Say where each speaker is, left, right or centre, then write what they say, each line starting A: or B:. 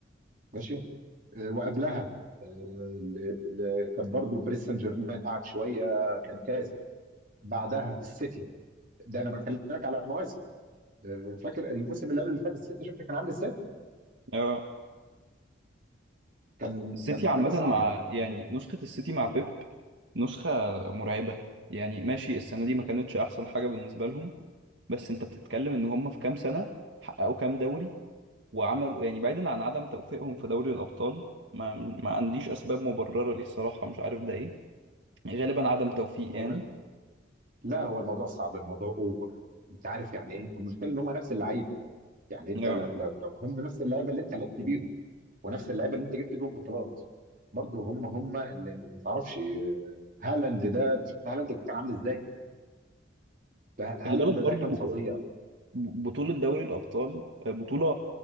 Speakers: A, on the right; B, on the right.
A: ماشي آه، وقبلها آه، ال- ال- كان برضو باريس سان جيرمان قعد شويه كان كاسح بعدها السيتي ده انا بكلمك على مواسم آه، فاكر الموسم اللي قبل اللي فات السيتي شفت كان عامل ازاي؟
B: اه
A: كان
B: السيتي
A: كان
B: عامة
A: حاجه صعبه
B: مع يعني
A: آه،
B: نسخة السيتي مع بيب نسخة مرعبة يعني ماشي السنة دي ما كانتش أحسن حاجة بالنسبة لهم بس انت بتتكلم ان هم في كام سنه حققوا كام دوري وعملوا يعني بعيدا عن عدم توفيقهم في دوري الابطال ما ما عنديش اسباب مبرره ليه الصراحه مش عارف ده ايه غالبا عدم توفيق
A: هو
B: يعني
A: لا هو الموضوع صعب الموضوع اوفر انت عارف يعني ايه والمشكله ان هم نفس اللعيبه يعني انت
B: آه.
A: لو لو لو هم نفس اللعيبه اللي انت لعبت بيهم ونفس اللعيبه اللي انت جبت بيهم بطولات برضه هم هم اللي ما تعرفش آه، هالاند ده انت شفت هالاند كان عامل ازاي ده
B: خلي
A: هالاند
B: بالك برضو
A: ده كان فظيع
B: ب- بطوله دوري الابطال آه، بطوله